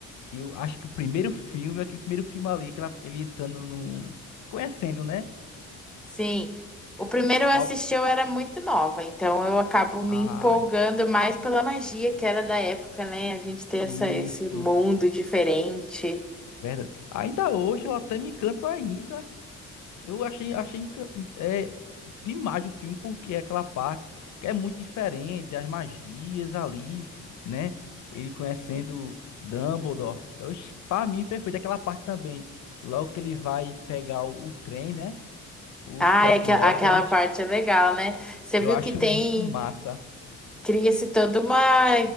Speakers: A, on the left; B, in the centre.
A: que eu acho que o primeiro filme, aquele primeiro filme ali, aquela- ele entrando no... Conhecendo, né?
B: Sim. O primeiro eu assisti,
A: Ao-
B: eu era muito nova, então eu acabo me
A: Ah,
B: empolgando mais pela magia que era da época, né? A gente ter essa,
A: isso,
B: esse mundo diferente.
A: verdade. Ainda hoje eu até me encanto ainda Eu achei, achei encan- en- é, demais o filme, porque é aquela parte que que é muito diferente, as magias ali, né? Ele conhecendo Dumbledore. Eu, ach- pra mim, perfeito. Aquela parte também, logo que ele vai pegar o, o trem, né? O
B: Ah,
A: Expresso
B: aquela,
A: de Hogwarts.
B: aquela parte é legal, né? Você
A: Eu
B: viu
A: acho
B: que tem.
A: muito massa.
B: Cria-se toda uma